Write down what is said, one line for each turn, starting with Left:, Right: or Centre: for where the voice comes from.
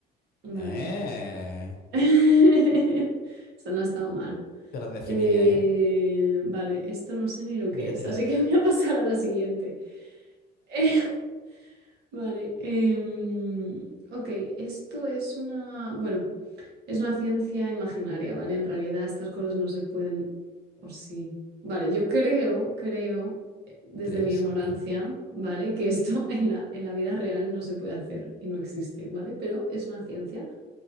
Right: Vale.
Left: Eh,
Right: <laughs> Eso no ha estado mal.
Left: te la definí
Right: Eh,
Left: bien, ¿eh?
Right: vale, esto no sé ni lo
Left: Venga,
Right: que es,
Left: tírale.
Right: así que <laughs> voy a pasar a la siguiente. <laughs> Vale. em, ok, esto es una, bueno, es una ciencia imaginaria, ¿vale? En realidad estas cosas no se pueden, o sí. Vale, yo creo, creo, eh, desde
Left: ¿Crees?
Right: mi ignorancia,
Left: Ok.
Right: ¿vale? Que esto <laughs> en la, en la vida real no se puede hacer y no existe, ¿vale? Pero es una ciencia.